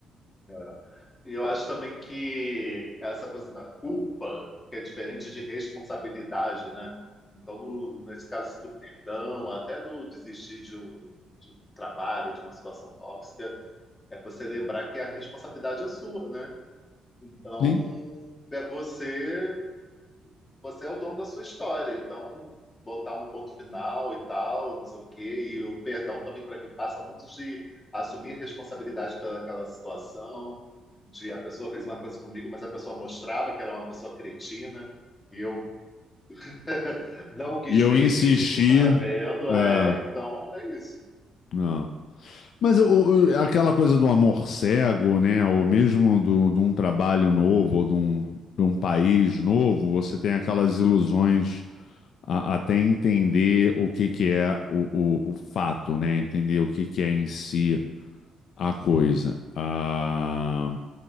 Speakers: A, on the left; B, on the left.
A: é. E eu acho também que essa coisa da culpa, que é diferente de responsabilidade, né? Então, o- nesse caso do perdão, até do desistir de um, de um trabalho, de uma situação tóxica, é você lembrar que a responsabilidade é sua, né? Então,
B: Sim.
A: é você você é o dono da sua história, então botar um ponto final e tal, não sei o quê, e o perdão também para mim passa muito de assumir responsabilidade pelaquela situação, de a pessoa fez uma coisa comigo, mas a pessoa mostrava que era uma pessoa cretina e eu <laughs> não quis
B: E eu
A: ver,
B: insisti.
A: fingi que não estava vendo,
B: É,
A: é, então é isso.
B: não. Mas o- o- aquela coisa do amor cego, né? Ou mesmo do, de um trabalho novo, ou de um, de um país novo, você tem aquelas ilusões a- até entender o que que é o, o, o fato, né? Entender o que que é em si a coisa. Ah,